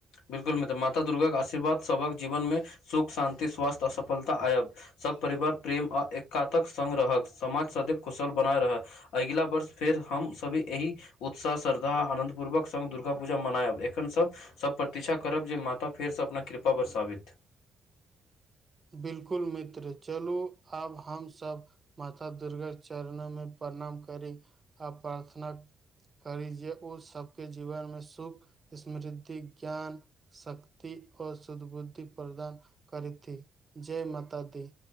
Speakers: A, on the left (about 80°); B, on the right (about 35°).
A: बिलकुल मित्र, माता दुर्गाक के आशीर्वाद सबक जीवन मे सुख शांति स्वास्थ्य आ सफलता आयब। सब परिवार प्रेम आ एकताक संग रहत, समाज सदैव कुशल बनल रहय। अगिला वर्ष फेर हम सब एहि उत्साह, श्रद्धा आ आनंदपूर्वक संग दुर्गाापुजा मनायब एखन सब सब प्रती्क्षा करब जे माता फेर स अपन कृपा बरसाबैत।
B: बिलकुल मित्र, चलु आब हम सब माता दुर्गा चरण मे प्रणाम करी आ प्रार्थना करी जे ओ सबके जीवनमे सुख, समृद्धि, ज्ञान शक्ति और सद्बुद्धि प्रदान करती, जय माता दी।